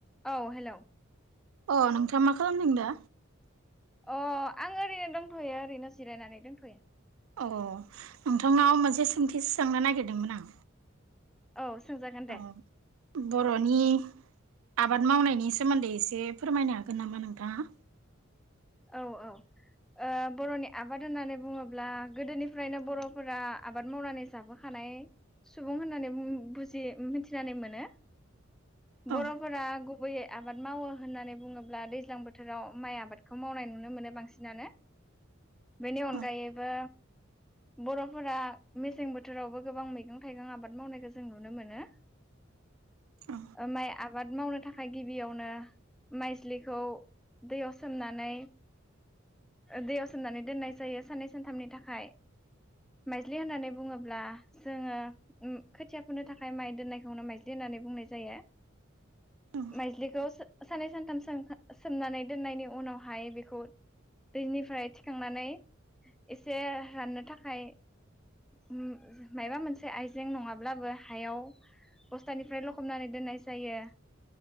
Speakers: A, in the centre; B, on the right.
A: औ हेलौ।
B: अ नोंथाङा मा खालामदों दा?
A: अ आं ओरैनो दंथयो ओरैनो जिरायनानै दोंथयो।
B: अ नोंथांनाव मोनसे सोंथि सोंनो नागिरदोंमोन आं।
A: औ सोंजागोन दे।
B: औ बर'नि आबाद मावनायनि सोमोन्दै एसे फोरमायनो हागोन नामा नोंथा <unintelligible>
A: औ औ ओ बर'नि आबाद होननानै बुङोब्ला गोदोनिफ्रायनो बर'फोरा आबाद मावनानै जाबोखानाय सुबुं होननानै बुजि मिथिनानै मोनो।
B: औ
A: बर'फोरा गु गुबैयै आबाद मावो होननानै बुङोब्ला दैज्लां बोथोराव माइ आबाद खौ मावनाय नुनो मोनो बांसिनानो बेनि अनगायैबो
B: औ
A: बर'फोरा मेसें बोथोरावबो गोबां मैगं थाइगं आबाद मावनायखौ जों नुनो मोनो।
B: औ
A: ओ माय आ आबाद मावनो थाखाय गिबियावनो माइस्लिखौ दैयाव सो सोमनानै दैयाव सोमनानै दोननाय जायो साननै सानथामनि थाखाय माइज्लि होननानै बुङोब्ला जोङो उ खोथिया फोनो थाखाय माइ दोननायखौ माइज्लि होननानै बुंनाय जायो।
B: औ
A: माइजलिखौ सो सानै सानथाम सोमखा सोमनानै दोननायनि उनावहाय बेखौ दैनिफ्राय थिखांनानै एसे राननो थाखाय उ माबा मोनसे आइजें नङाब्लाबो हायाव बस्थानिफ्राय लखबनानै दोननाय जायो